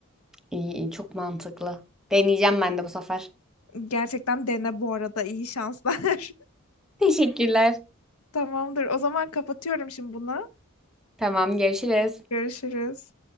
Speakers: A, in the centre; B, on the left.
A: iyi iyi çok mantıklı deneyeceğim ben de bu sefer
B: Gerçekten dene bu arada iyi şanslar.
A: teşekkürler
B: <laughs> Tamamdır. O zaman kapatıyorum şimdi bunu.
A: tamam görüşürüz
B: Görüşürüz.